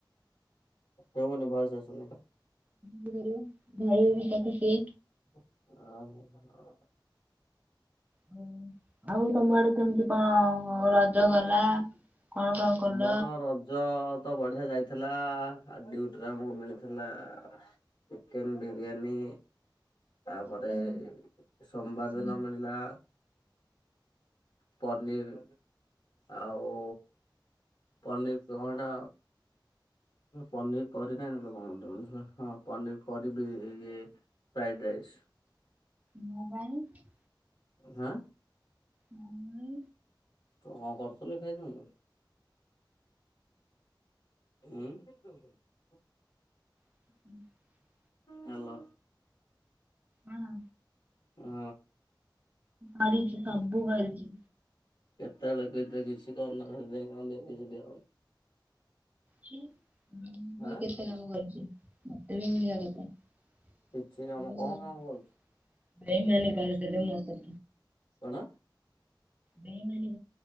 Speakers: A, on the left; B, on the right.
A: ଶୁଭୁନି ଭଏସ ଆସୁନି।
B: କର ଧାଇିବ ବି ତାକୁ ସିଏ।
A: ଓ ହ।
B: ହ ଆଉ ତମ ଆଡେ କେମିତି କଣ ରଜ ଗଲା? କଣ କଣ କଲ?
A: ଆମର ରଜ ତ ବଢିଆ ଯାଇଛି। ଥିଲା ଆଉ ଡଉଟିରେ ଆମକୁ ମିଳିଥିଲା। ଚିକେନ ବିରିୟାନୀ। ତାପରେ
B: ଚିକେନ
A: ସୋମବାର
B: ଫିକେନ
A: ଦିନ ମିଳିଲା ପନିର ଆଉ ପନିର କୁ ଅଣ୍ଡା। ପନିର କରି ନାହିଁ କଣ ହଁ ପନିର କରିି ବି ଇଏ ଫ୍ରାଇଡ଼ ରାଇସ୍।
B: ମୋ ପାଇଁ?
A: ଆଁ।
B: ମୁଁ।
A: ତୁ କଣ କରୁଥିଲ କି ଖାଇ ଥାଆନ୍ତୁ? ଉଁ।
B: <inaudible>
A: ହେଲୋ।
B: ହଁ।
A: ହଁ।
B: କରିଛି ସବୁ କରିଛି।
A: କେତେବେଳକୁ ଏତ କିଛି କରନ ସେ କଣ କିଛି ଦିଆହବନି।
B: ଛି ମୁଁ ବି
A: ହାଁ
B: କେତେ କାମ କରିଛି ମତେ ବି ମିଳିବା କଥା। କିନ୍ତୁ
A: କିଛି କାମ କଣ କାମ କରୁଛୁ
B: <inaudible> ଭାଇ ମାନେ ପାର ସେଲ ମଗ
A: କଣ?
B: ବେଇମାନୀ